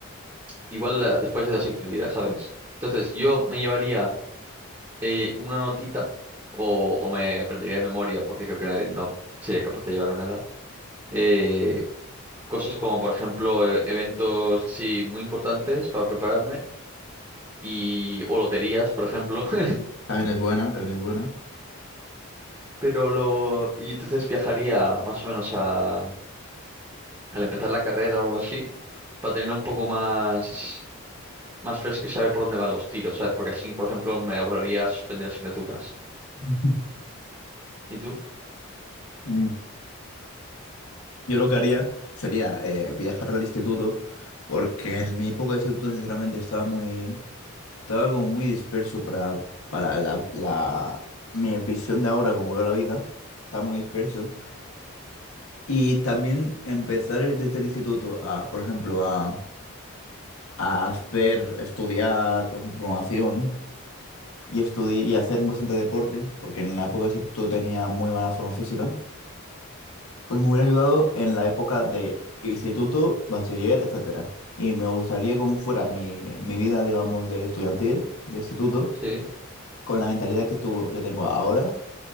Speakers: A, on the right (about 20°); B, on the left (about 80°).
A: igual la- después de las actividades, ¿sabes? Entonces, yo me llevaría eh, una notita o, o me aprendería de memoria porque creo que no sería capaz de llevarme nada. eh, cosas como, por ejemplo, eh, eventos así muy importantes para prepararme y o loterías, por ejemplo. <laughs>
B: También es buena, también es buena.
A: Pero lo y entonces viajaría más o menos a al empezar la carrera o algo así para tener un poco más más fresco y saber por dónde van los tiros, ¿sabes? Porque así, por ejemplo, me ahorraría suspender asignaturas.
B: <laughs>
A: ¿Y tú?
B: Mm. Yo lo que haría sería eh, viajar al instituto, porque en mi época de instituto sinceramente estaba muy, estaba como muy disperso para, para la, la- mi visión de ahora, como veo la vida, está muy disperso. Y también empezar desde el instituto a, por ejemplo, a, a hacer, estudiar, por ejemplo, programación y, estudi- y hacer bastante deporte, porque en la época de instituto tenía muy mala forma física. Pues me hubiera ayudado en la época de instituto, bachiller, etcétera. Y me gustaría cómo fuera mi, mi vida, digamos, de estudiantil, de instituto,
A: Sí.
B: con la mentalidad que tuvo, que tengo ahora,